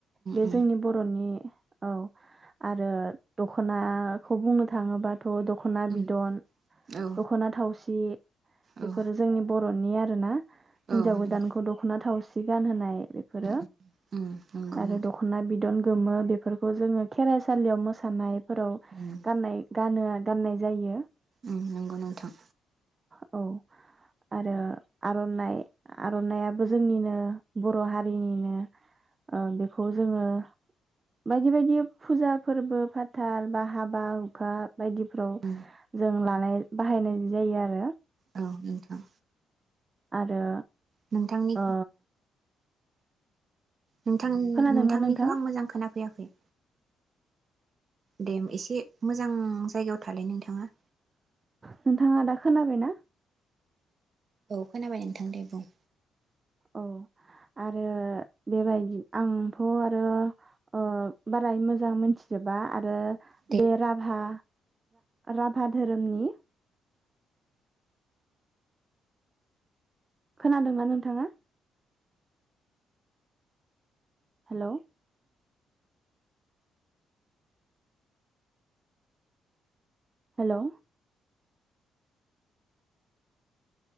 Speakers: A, on the right; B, on the right.
A: बे
B: उम
A: जोंनि बर'नि औ आरो दख'नाखौ बुंनो थाङोबाथ थ दख'ना
B: उम
A: बिदन,
B: औ
A: दखना थावसि बेफोर
B: औ
A: बर'नि आरोना? हिन्जाव
B: औ नंगौ
A: गोदानखौ दख'ना थावसि सि गानहोनाय। बेफोरो
B: उम उम नंगौ
A: आरो
B: नोंथां
A: दख'ना बिदन। गोमो बेफोरखौ जोङो खेराइसालियाव मोसानाय फोराव
B: उम
A: गाननाय गानो आन गाननाय जायो।
B: उम नंगौ नोंथां।
A: औ आरो आर'नाइ आर'नाइयाबो जोंनिनो बर' हारिनिनो ओ बेखौ जोङो बायदि बायदि फुजा फोरबो फाथाल बा हाबा हुखा बायदिफ्राव
B: औ
A: जों लानाय बाहायनाय जायो आरो
B: औ नोंथां।
A: आरो
B: नोंथांनि
A: ओ
B: नोंथां नोंथांनिखौ
A: खोनादोंना नोंथां
B: आं मोजां खोनाफैयाखै। दे एसे मोजां जायगायाव थालाय नोंथाङा।
A: नोंथाङा दा खोनाबायना?
B: औ खोनाबाय नोंथां दे बुं।
A: औ आरो बेबायदि आंथ' आरो ओ बारा मोजां मोनथिजोबा आरो
B: दे
A: बे राभा राभा धोरोमनि खोनादोंना नोंथाङा? Hello. Hello.